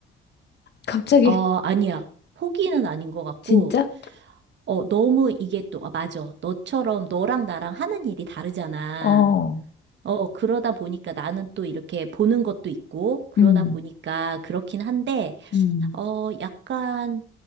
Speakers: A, on the left (about 60°); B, on the right (about 65°).
A: 갑자기
B: 어, 아니야. 포기는 아닌 것 같고,
A: <laughs> 진짜?
B: 어, 너무 이게 또, 아, 맞아. 너처럼 너랑 나랑 하는 일이 다르잖아.
A: 어,
B: 어, 그러다 보니까 나는 또 이렇게 보는 것도 있고, 그러다
A: 음,
B: 보니까 그렇긴 한데,
A: 음,
B: 어, 약간